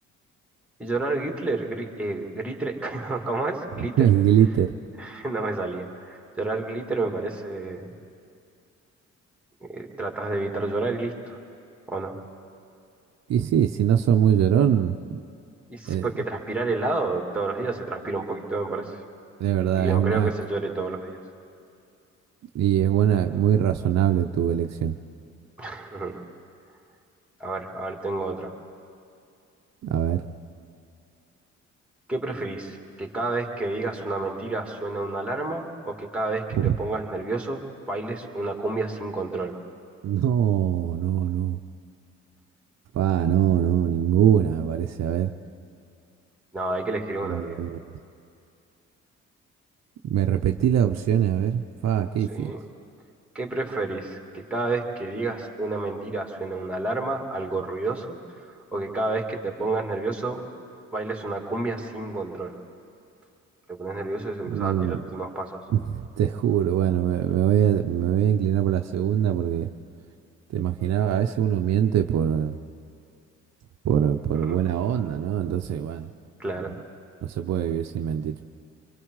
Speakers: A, in the centre; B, on the right.
A: Y llorar Glitter, gri- eh, glitter, <laughs> no, ¿cómo es?
B: <laughs>
A: Glitter,
B: Glitter.
A: <laughs> no me salía. Llorar glitter me parece, eh, tratas de evitar llorar y listo, ¿o no?
B: Y sí, si no sos muy llorón,
A: Y sí,
B: eh,
A: porque transpirar helado todos los días se transpira un poquito, me parece.
B: de verdad
A: Y no
B: es un
A: creo
B: asco.
A: que se llore todos los días.
B: Y es buena, muy razonable tu elección.
A: <laughs> A ver, a ver, tengo otra.
B: A ver.
A: ¿Qué preferís? ¿Que cada vez que digas una mentira suene una alarma o que cada vez que
B: Uf.
A: te pongas nervioso bailes una cumbia sin control?
B: No, no, no. Fa, no, no, ninguna me parece. A ver.
A: No, hay que elegir una,
B: Eh,
A: amigo.
B: me repetí las opciones, a ver. Fa, qué
A: ¿Sí?
B: difícil.
A: ¿Qué preferís? ¿Que cada vez que digas una mentira suene una alarma, algo ruidoso? ¿O que cada vez que te pongas nervioso bailes una cumbia sin control? Te pones nervioso y se empezás
B: Me,
A: a tirarte unos pasos.
B: <laughs> Te juro, bueno, me, me voy a, me voy a inclinar por la segunda porque te imaginaba, a veces uno miente por, por, por
A: <laughs>
B: buena onda, ¿no? Entonces, bueno,
A: Claro,
B: no, no se puede vivir sin mentir.